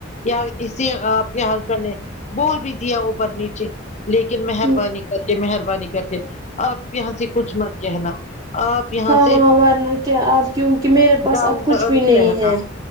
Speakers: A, on the left; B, on the right.
A: یا اسی آپ کے ہسبینڈ نے بول بھی دیا اوپر نیچے لیکن مہربانی
B: ہوں
A: کر کے مہربانی کر کے آپ یہاں سے کچھ مت کہنا آپ یہاں
B: ہاں
A: سے
B: ورنہ کیا اب کیونکہ میرے پاس
A: ڈاؤن
B: اب کچھ
A: ٹو ارتھ
B: بھی نہیں
A: رہنا
B: ہے